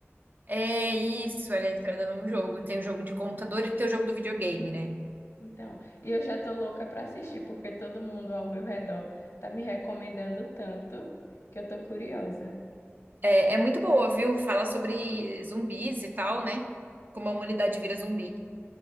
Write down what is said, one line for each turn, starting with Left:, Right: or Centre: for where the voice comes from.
Right: É isso, ela é inspirada num jogo. Tem o jogo de computador e tem o jogo do videogame, né?
Left: Então, e eu já tô louca pra assistir, porque todo mundo ao meu redor tá me recomendando tanto que eu tô curiosa.
Right: É, é muito boa, viu? Fala sobre zumbis e tal, né? Como a humanidade vira zumbi